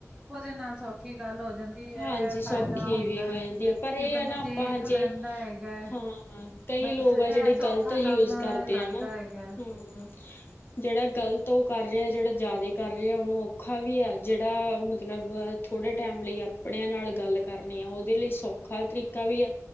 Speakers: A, on the right; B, on the left.
A: ਉਹਦੇ ਨਾਲ ਸੌਖੀ ਗੱਲ ਹੋ ਜਾਂਦੀ ਹੈ।
B: ਹਾਂਜੀ, ਸੌਖੀ
A: ਫਾਇਦਾ ਹੁੰਦਾ
B: ਵੀ ਹੋ ਜਾਂਦੀ ਹੈ ਪਰ ਇਹ
A: ਕਿ ਬੰਦਾ
B: ਹੈ ਨਾ ਆਪਾਂ
A: ਦੇਖ
B: ਜੇ,
A: ਲੈਂਦਾ ਹੈਗਾ ਹੈ।
B: ਹਾਂ। ਕਈ
A: ਬਸ
B: ਲੋਕ
A: ਇਹ
B: ਆ ਜਿਹੜੇ
A: ਸੌਖਾ
B: ਗ਼ਲਤ ਯੂਜ
A: ਕੰਮ
B: ਕਰਦੇ
A: ਲੱਗਦਾ
B: ਆ ਨਾ।
A: ਹੈਗਾ ਹੈ।
B: ਹਮ ਜਿਹੜਾ ਗ਼ਲਤ ਉਹ ਕਰ ਰਿਹਾ ਜਿਹੜਾ ਜ਼ਿਆਦਾ ਕਰ ਰਿਹਾ ਉਹਨੂੰ ਔਖਾ ਵੀ ਆ ਜਿਹੜਾ ਮਤਲਬ ਥੋੜ੍ਹੇ ਟਾਈਮ ਲਈ ਆਪਣਿਆਂ ਨਾਲ ਗੱਲ ਕਰਨੀ ਆ ਉਹਦੇ ਲਈ ਸੌਖਾ ਤਰੀਕਾ ਵੀ ਆ।